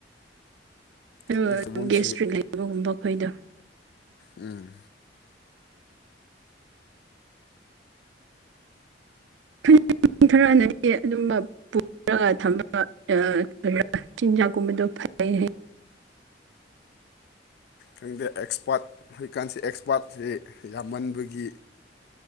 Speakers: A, on the right; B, on the left.
A: ꯑꯗꯨꯒ
B: ꯈꯪꯗꯦ ꯁꯣꯏꯕꯨꯝꯁꯤ
A: ꯒꯦꯁꯇ꯭ꯔꯤ ꯂꯩꯕꯒꯨꯝꯕ ꯑꯩꯈꯣꯏꯗꯣ
B: ꯎꯝ
A: <unintelligible> ꯑꯗꯨꯝꯕ ꯄꯨ ꯔꯒ ꯊꯝꯕ <unintelligible> ꯆꯤꯟꯖꯥꯛꯀꯨꯝꯕꯗꯣ ꯐꯩꯩ ꯍꯥꯏꯌꯦ
B: ꯈꯪꯗꯦ ꯑꯦꯛꯁꯄꯥꯔꯠ ꯍꯧꯖꯤꯛꯀꯥꯟꯁꯦ ꯑꯦꯛꯁꯄꯥꯔꯠꯁꯦ ꯌꯥꯝꯃꯟꯕꯒꯤ